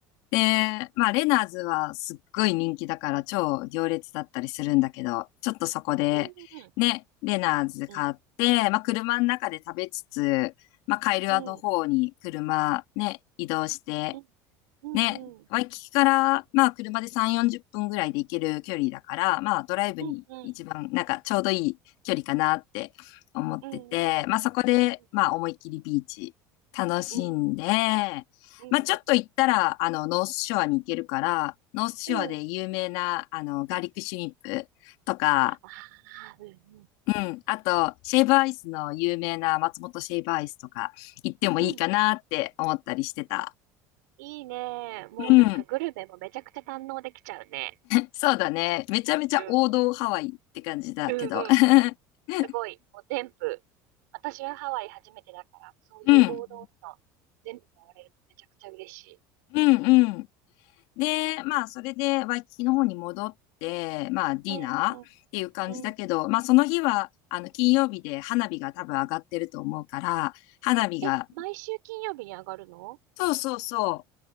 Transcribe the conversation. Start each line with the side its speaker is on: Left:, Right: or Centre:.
Left: で、まあ、レナーズはすっごい人気だから超行列だったりするんだけど、ちょっとそこで、
Right: うん、
Left: ね、レナーズ買って、
Right: うん。
Left: まあ、車の中で食べつつ、まあ、カイルアの方に車ね、
Right: う
Left: 移動して、
Right: ん、うん、
Left: ね、
Right: うん。
Left: ワイキキから、まあ、車で3、40分ぐらいで行ける距離だから、まあ、ドライブに一番、
Right: うん、うん。
Left: なんか、ちょうどいい距離かなって思ってて、
Right: うん、うん。
Left: まあ、そこで、
Right: うん、
Left: まあ、思いっきりビーチ楽しんで、
Right: うん。うん、うん。うん、
Left: まあ、ちょっと行ったら、あの、ノースショアに行けるから、ノースショアで有名な、
Right: うん。
Left: あの、ガーリックシュリンプとか、
Right: ああ、うん
Left: うん、あと、シェイブアイスの有名な松本シェイブアイスとか行ってもいいかなって思ったりしてた。
Right: うん。うん。いいね。もうなんかグルメもめちゃくちゃ堪能できちゃうね。
Left: うん。そうだね。めちゃめちゃ王道ハワイって感じだけど。
Right: うん。うんうんうん。
Left: <laughs>
Right: すごい。もう全部。私はハワイ初めてだから、そういう王道の
Left: うん。
Right: 全部回れるとめちゃくちゃ嬉しい。
Left: うんうん。で、まあ、それでワイキキの方に戻って、まあ、ディナーっていう感じだけど、
Right: うんうん。うん。
Left: まあ、その日は、あの、金曜日で花火が多分上がってると思うから、花火が、
Right: え、毎週金曜日に上がるの
Left: そうそうそ